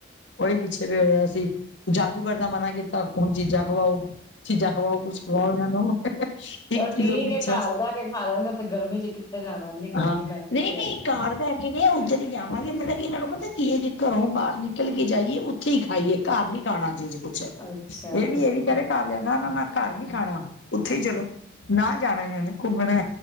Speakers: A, on the left (about 80°); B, on the left (about 20°).
A: ਉਹੀ ਪਿੱਛੇ ਪਿਆ ਹੋਇਆ ਸੀ ਜਾਦੂਗਰ ਦਾ ਮਨਾ ਕੀਤਾ ਹੁਣ ਚੀਜ਼ਾਂ ਖਵਾਓ। ਚੀਜਾ ਖਵਾਓ ਕੁਛ ਖਵਾਉ ਇਨ੍ਹਾਂ ਨੂੰ ਇਕ
B: ਚਲੋ
A: ਚੀਜ਼
B: ਠੀਕ
A: ਦਾ ਪਿਛਾ
B: ਏ ਘਰ ਬਹਿ ਕੇ ਖਾ ਲੈਣਗੇ ਉੱਥੇ ਗਰਮੀ ਚ ਕਿੱਥੇ ਜਾਣਾ ਇੰਨੀ ਗਰਮੀ
A: ਹਾਂ
B: ਪੈਂਦੀ
A: ਨਹੀਂ
B: ਪਈ ਹੈਗੀ।
A: ਨਹੀਂ ਘਾਰ ਪੈ ਕੇ ਨੇ ਉੱਧਰ ਹੀ ਜਾਵਾਂਗੇ ਮਲਬ ਕਿ ਇਹਨਾਂ ਨੂੰ ਪਤਾ ਕੀ ਏ ਜੇ ਘਰੋ ਬਾਹਰ ਨਿਕ ਨਿਕਲ ਕੇ ਜਾਈਏ ਉੱਥੇ ਹੀ ਖਾਈਏ ਘਰ ਨੀ ਖਾਣਾ ਚੀਜ਼ ਕੁੱਛ ਇਹ
B: ਅੱਛਾ।
A: ਵੀ ਇਹ ਵੀ ਕਹਿ ਰਹੇ ਘਰ ਲਿਆ ਨਾ ਨਾ ਨਾ ਘਰ ਨੀ
B: ਹੂੰ।
A: ਖਾਣਾ ਉੱਥੇ ਹੀ ਚਲੋ ਨਾ ਜਾਣਾ ਇਹਨਾਂ ਨੇ ਘੁੰਮਣਾ